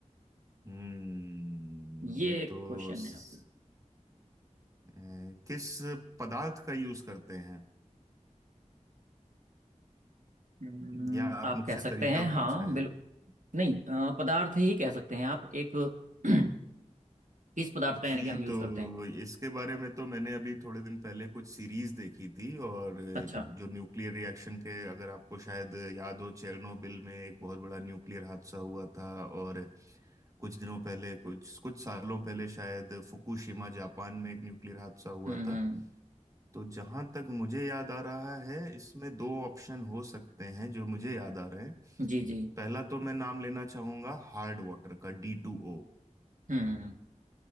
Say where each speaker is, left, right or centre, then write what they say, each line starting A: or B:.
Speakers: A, on the right (about 25°); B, on the right (about 75°).
A: हम्म
B: ये
A: ये तो
B: एक क्वेश्चन
A: स-
B: है आपको
A: अ, किस पदार्थ का यूज करते हैं
B: हम्म,
A: या आप
B: आप
A: मुझसे
B: कह सकते
A: तरीका
B: हैं हाँ
A: पूछ रहे
B: बिल्कुल
A: हैं
B: नहीं अ, पदार्थ ही कह सकते हैं आप एक <clears throat> किस पदार्थ
A: जी
B: का यानी कि हम यूज
A: तो
B: करते हैं
A: इसके बारे में तो मैंने अभी थोड़े दिन पहले कुछ सीरीज देखी थी और अ,
B: अच्छा
A: जो न्यूक्लियर रिएक्शन के अगर आपको शायद याद हो चेरनोबिल में एक बहुत बड़ा न्यूक्लियर हादसा हुआ था और कुछ दिनों पहले कुछ कुछ सालों पहले शायद फुकुशिमा जापान में एक न्यूक्लियर हादसा हुआ
B: हम्म
A: था
B: हम्म।
A: तो जहां तक मुझे याद आ रहा है इसमें दो ऑप्शन हो सकते हैं जो मुझे याद आ रहे हैं
B: जी जी
A: पहला तो मैं नाम लेना चाहूंगा हार्ड वाटर का डी टू ओ
B: हम्म